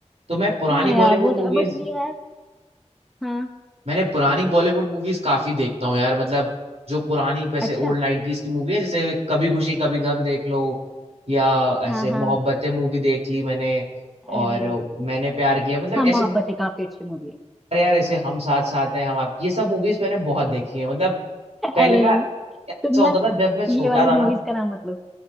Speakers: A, on the right; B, in the centre.
A: तो मैं पुरानी
B: हाँ यार
A: बॉलीवुड
B: वो तो
A: मूवीज
B: बट ये है हाँ
A: मैंने पुरानी बॉलीवुड मूवीज काफी देखता हूँ यार मतलब जो पुरानी वैसे
B: अच्छा
A: ओल्ड 90s की मूवी है जैसे कभी खुशी कभी गम देख लो या ऐसे
B: हाँ हाँ
A: मोहब्बतें मूवी देख ली मैंने और
B: अरे
A: मैंने प्यार किया मतलब
B: हाँ
A: ऐसे
B: मोहब्बतें काफी अच्छी मूवी है
A: अरे यार ऐसे हम साथ साथ हैं हम आप ये सब मूवीज मैंने बहुत देखी है मतलब पहले
B: अरे
A: ना
B: यार
A: ऐसा
B: तुम
A: होता
B: ना
A: था जब मैं छोटा
B: ये वाली
A: था
B: मूवीज
A: ना
B: का नाम मत लो